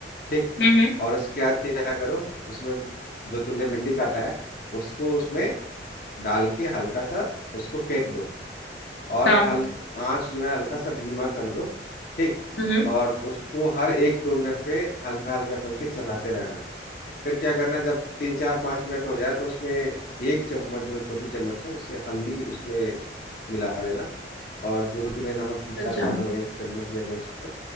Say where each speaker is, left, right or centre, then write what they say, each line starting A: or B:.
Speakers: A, on the left; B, on the left.
A: ठीक
B: हम्म हम्म,
A: और उसके बाद क्या करो उसमें जो तुमने भिंडी काटा है उसको उसमें डाल के हल्का सा उसको फेंट दो और
B: हाँ
A: हल आंच जो है हल्का सा धीमा कर दो ठीक
B: हम्म हम्म,
A: और उसको हर एक दो मिनट पे हल्का हल्का करके चलाते रहना फिर क्या करना जब तीन चार पाँच मिनट हो जाए तो उसमें एक चम्मच जो है छोटी चम्मच है उससे हल्दी उसमें मिला देना और जो तुम्हें नमक जितना
B: अच्छा
A: खाना हो एक चम्मच या दो चम्मच